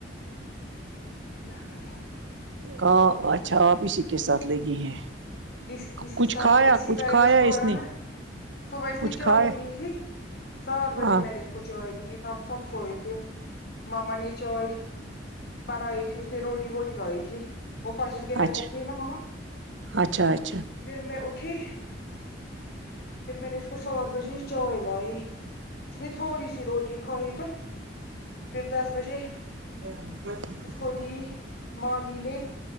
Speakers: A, on the left; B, on the right.
A: کیا کرے
B: کاں اچھا
A: تھک گئی
B: آپ ہی س کے ساتھ لگی ہیں
A: اس کسی
B: کچھ
A: ساتھ
B: کھایا
A: اسی
B: کچھ
A: ٹائم
B: کھایا
A: کو
B: اس
A: آیا
B: نے
A: نا صبح اس
B: کچھ
A: نے چائے
B: کھایا
A: پی تھی سات بجے
B: ہاں
A: میں نے اس کو چائے دی تب سب سوئے تھے ماما نے چائے بنائی تھی نے روٹی ووٹی لائی تھی وہ فجر کے ٹائم
B: اچھا
A: اٹھتی ہے نا ماما
B: اچھا اچ
A: پھر میں اٹھی پھر میں نے اس کو سات بجے چائے لائی اس نے تھوڑی سی روٹی کھا ئی تو پھر دس بجے
B: <inaudible>
A: اس کو دی مامی نے